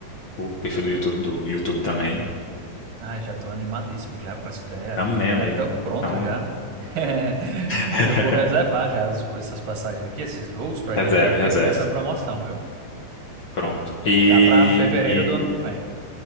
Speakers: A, on the left (about 75°); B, on the right (about 70°).
A: o perfil do YouTube, do YouTube também.
B: Ai, já estou animadíssimo já com essa ideia.
A: Amém, amigo.
B: Já estou pronto
A: Então,
B: já. <laughs>
A: <laughs>
B: Eu vou reservar já os- essas passagens aqui, esses voos, para a
A: reserve,
B: gente não
A: reserve.
B: perder essa promoção, viu?
A: Pronto. E,
B: Tá para fevereiro
A: e-
B: do ano que vem.